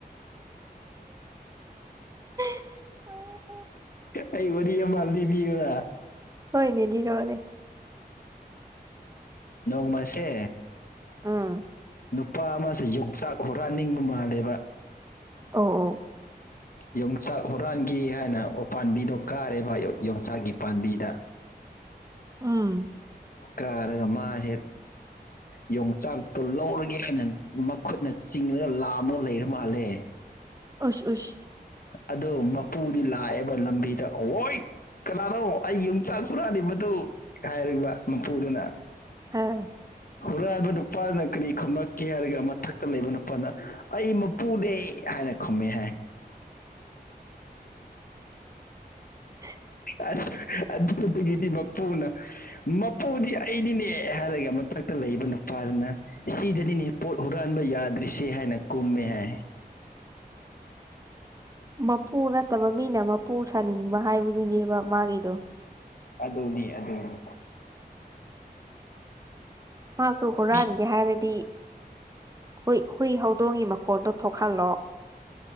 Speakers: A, on the right; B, on the left.
A: ꯑ
B: ꯑꯩ ꯋꯥꯔꯤ ꯑꯃ ꯂꯤꯕꯤꯌꯨꯔꯥ
A: ꯍꯣꯏꯅꯦ ꯂꯤꯔꯛꯑꯣꯅꯦ
B: ꯅꯣꯡ ꯃꯥꯁꯦ
A: ꯎꯝ
B: ꯅꯨꯄꯥ ꯑꯃꯁꯦ ꯌꯣꯡꯆꯥꯛ ꯍꯨꯔꯥꯟ ꯅꯤꯡꯕ ꯃꯥꯜꯂꯦꯕ
A: ꯑꯣ ꯑꯣ
B: ꯌꯣꯡꯆꯥꯛ ꯍꯨꯔꯥꯟꯒꯦ ꯍꯥꯏꯅ ꯎ ꯄꯥꯟꯕꯤꯗꯣ ꯀꯥꯔꯦꯕ ꯌꯣꯡꯆꯥꯛꯒꯤ ꯄꯥꯝꯕꯤꯗ
A: ꯎꯝ
B: ꯀꯥꯔꯒ ꯃꯥꯁꯦ ꯌꯣꯡꯆꯥꯛ - ꯇꯣ ꯂꯧꯔꯒꯦ ꯍꯥꯏꯅ ꯃꯈꯨꯠꯅ ꯆꯤꯡꯉꯒ ꯂꯥꯝꯃꯒ ꯂꯩꯔ ꯃꯥꯜꯂꯦ
A: ꯎꯁ ꯎꯁ
B: ꯑꯗꯣ ꯃꯄꯨꯗꯤ ꯂꯥꯛꯑꯦꯕ ꯂꯝꯕꯤꯗ ꯍꯣꯏꯠ ꯀꯅꯥꯅꯣ ꯑꯩ ꯌꯣꯡꯆꯥꯛ ꯍꯨꯔꯥꯜ ꯂꯤꯕꯗꯨ ꯍꯥꯏꯔꯤꯕ ꯃꯄꯨꯗꯨꯅ
A: ꯍꯥ
B: ꯍꯨꯔꯥꯟꯕ ꯅꯨꯄꯥꯗꯅ ꯀꯔꯤ ꯈꯨꯝꯂꯛꯀꯦ ꯍꯥꯏꯔꯒ ꯃꯊꯛꯇ ꯂꯩꯕ ꯅꯨꯄꯥꯗꯨꯅ ꯑꯩ ꯃꯄꯨꯅꯦ ꯍꯥꯏꯅ ꯈꯨꯝꯃꯦ ꯍꯥꯏ
A: ꯍ
B: ꯑ ꯑꯥꯗꯨꯗꯥꯒꯤꯗꯤ ꯃꯄꯨꯅ ꯃꯄꯨꯗꯤ ꯑꯩꯅꯤꯅꯦ ꯍꯥꯏꯔꯒ ꯃꯊꯛ - ꯇ ꯂꯩꯕ ꯅꯨꯄꯥꯗꯨꯅ ꯁꯤꯗꯗꯤꯅꯦ ꯄꯣꯠ ꯍꯨꯔꯥꯟꯕ ꯌꯥꯗ꯭ꯔꯤꯁꯦ ꯍꯥꯏꯅ ꯀꯨꯝꯃꯦ ꯍꯥꯏ
A: ꯃꯄꯨ ꯅꯠꯇꯕ ꯃꯤꯅ ꯃꯥ - ꯄꯨ ꯁꯥꯅꯤꯡꯕ ꯍꯥꯏꯕꯗꯨꯅꯦꯕ ꯃꯥꯒꯤꯗꯣ
B: ꯑꯗꯨꯅꯤ ꯑꯗꯨꯅꯤ
A: ꯃꯥꯁꯨ ꯍꯨꯔꯥꯟꯒꯦ
B: ꯃꯤ
A: ꯍꯥꯏꯔꯗꯤ ꯍꯨꯏ ꯍꯨꯏ ꯍꯧꯗꯣꯡꯒꯤ ꯃꯈꯣꯟꯗꯣ ꯊꯣꯛꯍꯜꯂꯣ